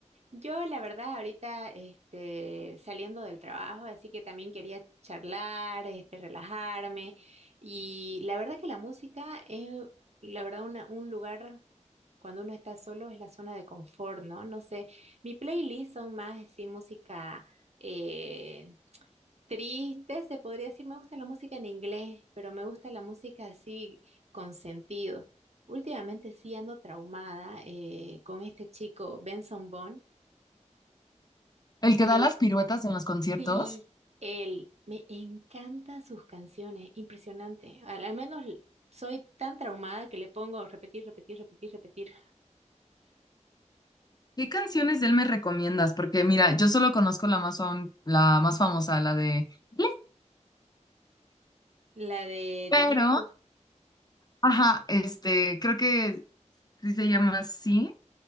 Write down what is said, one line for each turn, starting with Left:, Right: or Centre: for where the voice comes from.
Right: Yo, la verdad, ahorita este, saliendo del trabajo, así que también quería charlar, este, relajarme. Y la verdad que la música es, la verdad, una- un lugar cuando uno está solo es la zona de confort, ¿no? No sé, mi playlist son más así música eh, Triste, se podría decir, me gusta la música en inglés, pero me gusta la música así con sentido. Últimamente sí ando traumada eh, con este chico Benson Boone.
Left: El
Right: Él,
Left: que da las piruetas en los conciertos.
Right: sí, él, me encantan sus canciones, impresionante. Al, al menos l- soy tan traumada que le pongo repetir, repetir, repetir, repetir.
Left: ¿Qué canciones de él me recomiendas? Porque mira, yo solo conozco la más, fam- la más famosa, la de... <laughs>
Right: La de
Left: Pero,
Right: The Beautiful
Left: ajá, este, creo que Sí, se llama así.